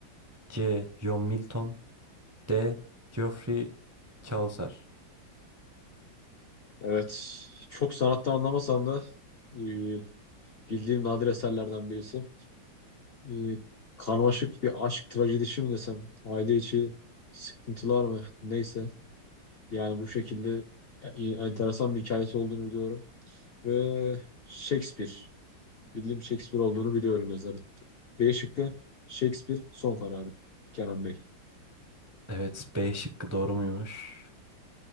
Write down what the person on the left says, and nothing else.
Evet. Çok sanattan anlamasam da e, bildiğim nadir eserlerden birisi. e, karmaşık bir aşk trajedisi mi desem, aile içi sıkıntılar mı neyse. Yani bu şekilde e, enteresan bir hikayesi olduğunu biliyorum. Ve Shakespeare, bildiğim Shakespeare olduğunu biliyorum yazarın. B şıkkı Shakespeare son kararım Kenan Bey.